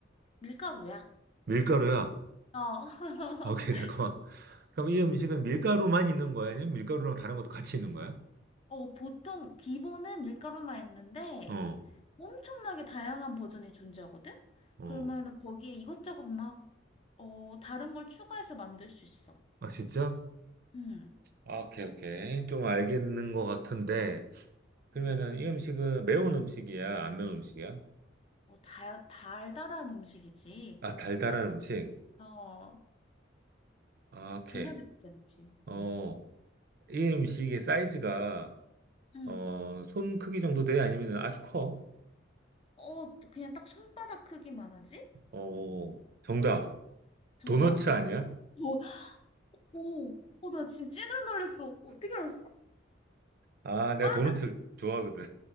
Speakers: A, on the left; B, on the right.
A: 밀가루야.
B: 밀가루야.
A: 어. <laughs>
B: 아, 오케이, <laughs> 잠깐만. 그럼 이 음식은 밀가루만 있는 거야? 아니면 밀가루랑 다른 것도 같이 있는 거야?
A: 어, 보통 기본은 밀가루만 있는데,
B: 어,
A: 엄청나게 다양한 버전이 존재하거든?
B: 어.
A: 그러면 거기에 이것저것 막, 어, 다른 걸 추가해서 만들 수 있어.
B: 아, 진짜?
A: 음.
B: 아, 오케이, 오케이. 좀 알겠는 것 같은데. 그러면은
A: 음.
B: 이 음식은 매운 음식이야? 안 매운 음식이야?
A: 뭐 달, 달달한 음식이지.
B: 아, 달달한 음식?
A: 어,
B: 아, 오케이.
A: 전혀 맵지 않지.
B: 어,
A: 음.
B: 이 음식의 사이즈가,
A: 음.
B: 어, 손 크기 정도 돼? 아니면 아주 커?
A: 어, 그냥 딱 손바닥 크기만 하지?
B: 어, 정답.
A: 정답.
B: 도너츠 아니야?
A: 뭐, 오, 어, 나 지금 찐으로 놀랬어. 어떻게 알았어?
B: 아, 내가
A: 아,
B: 도너츠를
A: 나,
B: 좋아하거든.